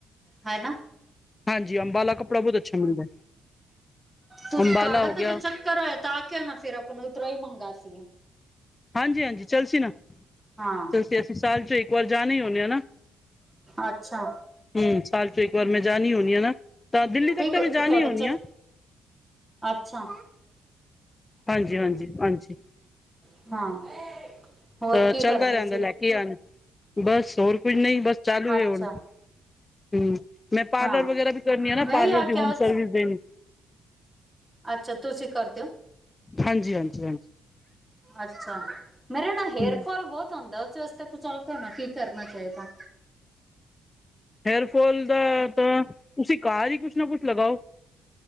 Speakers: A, in the centre; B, on the left.
A: ਹੈ ਨਾ
B: ਹਾਂਜੀ। ਅੰਬਾਂਲਾ ਕੱਪੜਾ ਬੋਤ ਅੱਛਾ ਮਿਲਦਾ।
A: ਤੁ-ਤੁਆਡਾ
B: ਅੰਬਾਲਾ ਹੋ ਗਿਆ
A: ਕਦੋ ਚੱਕਰ ਹੋਏ, ‌ ਤਾਂ ਕਿਉਂ ਨਾ ਫਿਰ ਆਪਾਂ ਨੂੰ ਉਧਰੋ ਹੀ ਮੰਗਾ ਸੀਯੇ?
B: ਹਾਂਜੀ-ਹਾਂਜੀ। ਚਲ ਸੀ ਨਾ,
A: ਹਾਂ
B: ਚਲਸੀ ਅਸੀਂ ਸਾਲ ਚੋਂ ਇੱਕ ਵਾਰ ਜਾਣੇ ਹੀ ਹੁੰਦੇ ਹਾਂ ਨਾ।
A: ਅੱਛਾ।
B: ਹੁ ਸਾਲ ਚ, ਇੱਕ ਵਾਰ ਮੈਂ ਜਾਣੀ ਹੁਣੀ ਹੈ ਨਾ, ਤਾਂ ਦਿੱਲੀ ਤੱਕ
A: ਠੀਕ
B: ਤਾਂ
A: ਹੈ
B: ਮੈਂ ਜਾਣੀ
A: ਤੁਹਾਡਾ
B: ਹੁਣੀ
A: ਚ
B: ਆ।
A: ਅੱਛਾ।
B: ਹਾਂਜੀ-ਹਾਂਜੀ, ਹਾਂਜੀ।
A: ਹਾਂ। ਹੋਰ
B: ਤਾਂ
A: ਕੀ
B: ਚੱਲਦਾ
A: ਕਰਦੇ
B: ਰਹਿੰਦਾ
A: ਸੀ
B: ਲੈ ਕੇ ਆਣ। ਬਸ ਹੋਰ ਕੁਝ ਨਈ, ਬਸ ਚਾਲੂ
A: ਅੱਛਾ
B: ਐ, ਹੁਣ। ਹਮ। ਮੈਂ ਪਾਰਲਰ
A: ਹਾਂ
B: ਵਗੈਰਾ ਵੀ ਕਰਨੀ ਆ ਨਾ,
A: ਮੈਂ
B: ਪਾਰਲਰ
A: ਵੀ
B: ਦੀ
A: ਕੇ ਆਵਾਜ਼
B: ਹੋਮ ਸਰਵਿਸ ਦੇਣੀ।
A: ਅੱਛਾ। ਤੁਸੀਂ ਕਰਦੇਓ,
B: ਹਾਂਜੀ ਹਾਂਜੀ ਹਾਂਜੀ
A: ਅੱਛਾ। ਮੇਰੇ ਨਾ ਹੇਅਰਫੋਲ
B: ਹਮ
A: ਬਹੁਤ ਹੁੰਦਾ। <unintelligible> ਕੀ ਕਰਨਾ ਚਾਹੀਦਾ?
B: ਹੇਅਰਫੋਲ ਦਾ ਤਾਂ ਤੁਸੀਂ ਘਰ ਈ ਕੁੱਛ ਨਾ ਕੁੱਛ ਲਗਾਓ।